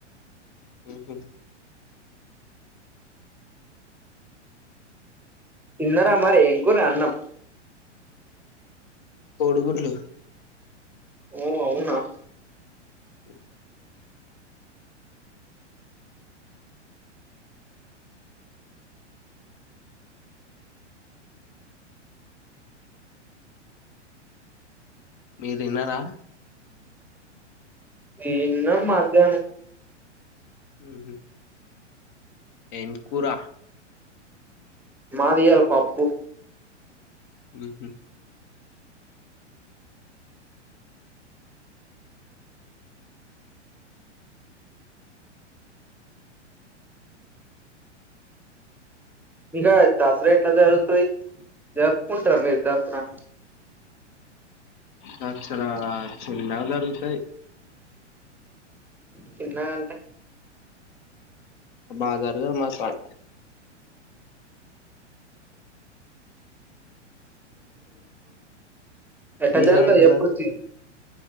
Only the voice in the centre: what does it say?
తిన్నరా మరి ఏం కూడా అన్నాం
ఓ అవునా
ఇన్న మధ్యాహ్నం
మాదియాల పప్పు
ఇంకా దసరా ఎట్లా జరుగుతది జరుపుకుంటారా మీరు దసరా
చిన్నగంటే
అటజరుగుతాయో
చెప్పొచ్చు